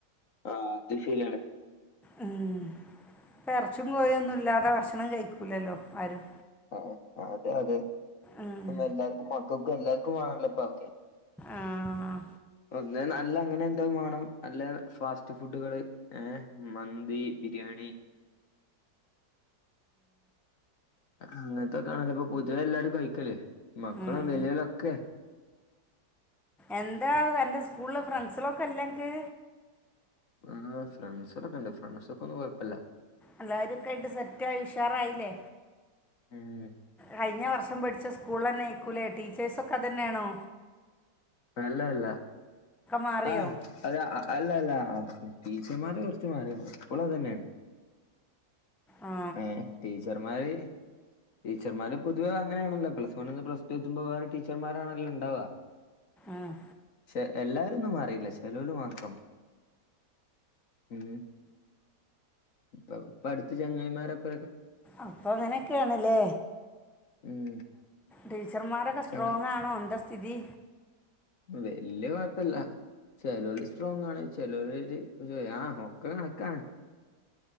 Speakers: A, on the left; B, in the centre.
A: ആ, അത് ശരിയാണ്.
B: ഉം ഇപ്പൊ എറെച്ചിം കോയിം ഒന്നും ഇല്ലാതെ ഭക്ഷണം കഴിക്കൂലല്ലോ ആരും.
A: ആ അതെ അതെ.
B: ഉം.
A: പിന്നെ എല്ലാർക്കും മക്കൾക്കും എല്ലാർ ക്കും മാണല്ലോപ്പം. ഓക്കെ
B: ആഹ്
A: ഒന്ന് നല്ല അങ്ങനെ എന്തോ മാണം അല്ലേ ഫാസ്റ്റ് ഫുഡുകള് ഏഹ് മന്തി, ബിരിയാണി അങ്ങനത്തെക്കാണല്ലോ ഇപ്പൊ പൊതുവേ എല്ലാരും കഴിക്കല് മക്കളും
B: ഉം.
A: വല്യോരും ഒക്കെ
B: എന്താ അന്റെ സ്കൂളില് ഫ്രണ്ട്സിളൊക്കെ ഇല്ലേ അനക്ക്
A: ആ ഫ്രണ്ട്സൊക്കെ ഇണ്ട് ഫ്രണ്ട്സൊക്കെ ഒന്നും കുഴപ്പില്ല
B: എല്ലാവരും ഒക്കെ ആയിട്ട് സെറ്റായി ഉഷാറായില്ലേ
A: ഉം
B: കഴിഞ്ഞ വർഷം പടിച്ച സ്കൂൾ തന്നെ ആയിക്കൂലേ ടീച്ചേഴ്സ് ഒക്കെ അത് തന്നെയാണോ
A: അല്ല അല്ല
B: മാറിയോ
A: ആഹ് അത അല്ല അല്ല ആ ടീച്ചർമാര് കുറച്ച് മാറി സ്കൂൾ അത് തന്നെയാണ്
B: ആ
A: ഏ ടീച്ചർമാര് ടീച്ചർമാര് പൊതുവേ അങ്ങനെയാണല്ലോ പ്ലസ് വണ്ണിന്ന് പ്ലസ് ടു എത്തുമ്പോ വേറെ ടീച്ചർമാരാണല്ലോ ഉണ്ടാവുക
B: ആഹ്
A: പക്ഷെ എല്ലാരും ഒന്നും മാറീല ചെലവര് മാത്രം ഉം ഇപ്പൊ അടുത്ത ചങ്ങായിമാരെപ്പ
B: അപ്പൊ അങ്ങനെയൊക്കെയാണല്ലേ
A: ഉം
B: ടീച്ചർമാരൊക്കെ സ്ട്രോങ്
A: ചങ്ങ
B: ആണോ എന്താ സ്ഥിതി
A: വല്യ കൊഴപ്പല്ല ചെലര് സ്ട്രോങ് ആണ് ചെലവര് ഒരു ആഹ് ഒക്കെ കണക്കാണ്